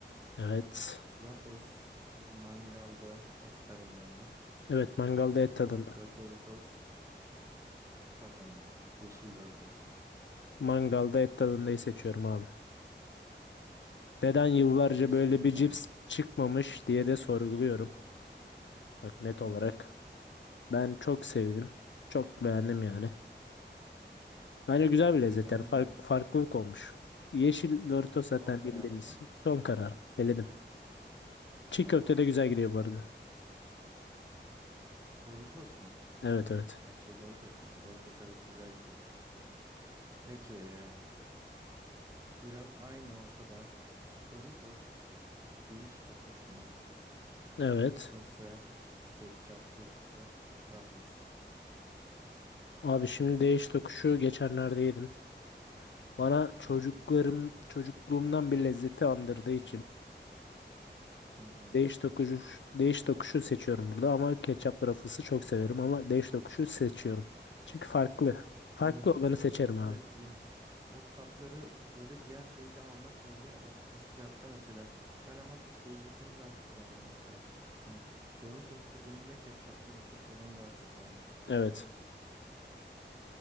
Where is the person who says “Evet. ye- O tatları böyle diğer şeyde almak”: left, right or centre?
Right